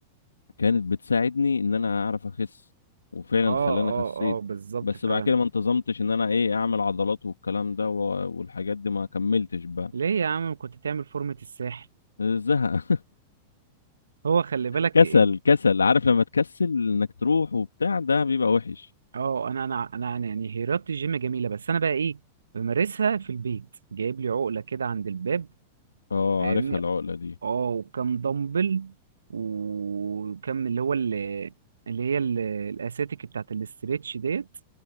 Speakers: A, on the left (about 75°); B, on the right (about 70°).
A: كانت بتساعدني ان انا اعرف اخس وفعلا
B: اه
A: خلاني خسيت
B: اه اه بالظبط
A: بس
B: فعلا
A: بعد كده ما انتظمتش ان انا ايه اعمل عضلات والكلام ده و- والحاجات دي ما كملتش بقى
B: ليه يا عم كنت تعمل فورمة الساحل
A: زهق
B: هو خلي بالك
A: كسل
B: إيه-
A: كسل عارف لما تكسل انك تروح وبتاع ده بيبقى وحش
B: اه انا انا انا أنا يعني رياضة الجيم جميلة بس انا بقى ايه بمارسها في البيت جايب لي عقلة كده عند الباب
A: اه
B: فاهمني
A: عارفها العقلة دي
B: اه وكم دمبل وكم اللي هو اللي, اللي هي ال- الاساتيك بتاعت الاستريتش ديت